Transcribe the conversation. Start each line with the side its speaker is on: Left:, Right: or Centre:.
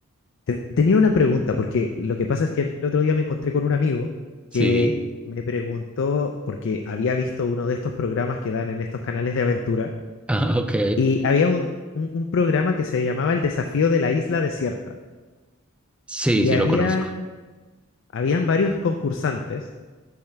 Left: te tenía una pregunta, porque lo que pasa es que el otro día me encontré con un amigo
Centre: Sí.
Left: que
Centre: <laughs>
Left: me preguntó, porque había visto uno de estos programas que dan en estos canales de aventura,
Centre: Ah, ok.
Left: y había un, un- un programa que se llamaba El desafío de la isla desierta,
Centre: Sí,
Left: y
Centre: sí,
Left: habían,
Centre: lo conozco.
Left: habían varios concursantes